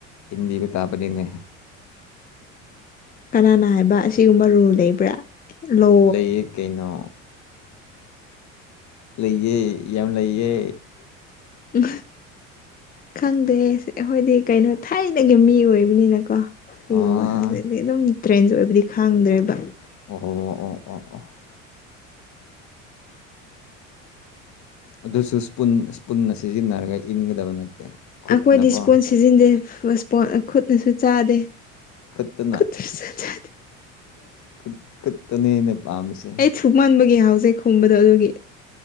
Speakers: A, on the left; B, on the left.
A: ꯍꯤꯟꯗꯤꯕ ꯇꯥꯕꯗꯤꯅꯦ
B: ꯀꯅꯥꯅ ꯍꯥꯏꯕ ꯑꯁꯤꯒꯨꯝꯕ ꯔꯣꯜ ꯂꯩꯕ꯭ꯔꯥ ꯂꯣ
A: ꯂꯩꯌꯦ ꯀꯩꯅꯣ ꯂꯩꯌꯦ ꯌꯥꯝ ꯂꯩꯌꯦ
B: ꯎ ꯈꯪꯗꯦ ꯑꯩꯈꯣꯏꯗꯤ ꯀꯩꯅꯣ ꯊꯥꯏꯅꯒꯤ ꯃꯤ ꯑꯣꯏꯕꯅꯤꯅꯀꯣ ꯁꯤꯒꯨꯝꯕ
A: ꯑꯥ
B: ꯍꯥꯏꯗꯤ ꯑꯗꯨꯝ ꯇ꯭ꯔꯦꯟꯁ ꯑꯣꯏꯕꯗꯤ ꯈꯥꯡꯗ꯭ꯔꯦꯕ
A: ꯑꯣ ꯑꯣ ꯑꯣ ꯑꯣ ꯑꯣ ꯑꯗꯨꯁꯨ ꯏꯁꯄꯨꯟꯅ ꯁꯤꯖꯤꯟꯅꯔꯒ ꯏꯟꯒꯗꯕ ꯅꯠꯇꯦ ꯈꯨꯠꯅꯀꯣ
B: ꯑꯩꯈꯣꯏꯗꯤ ꯏꯁꯄꯣꯟ ꯁꯤꯖꯤꯟꯅꯗꯦ ꯏꯁꯄꯣꯟ ꯈꯨꯠꯅꯁꯨ ꯆꯥꯗꯦ
A: ꯈꯨꯠꯇꯅ
B: ꯈꯨꯠꯇꯁꯨ ꯆꯥꯗꯦ
A: ꯈꯨ ꯈꯨꯠꯇꯅꯦ ꯑꯩꯅ ꯄꯥꯝꯃꯤꯁꯦ
B: ꯁꯨꯛ ꯃꯟꯕꯒꯤ ꯍꯥꯎꯖꯩ ꯈꯣꯕꯗꯣ ꯑꯗꯨꯒꯤ